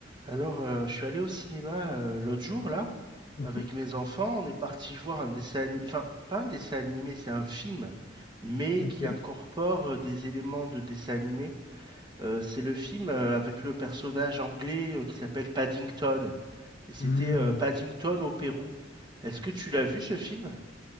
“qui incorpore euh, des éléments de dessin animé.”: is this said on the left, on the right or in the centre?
Right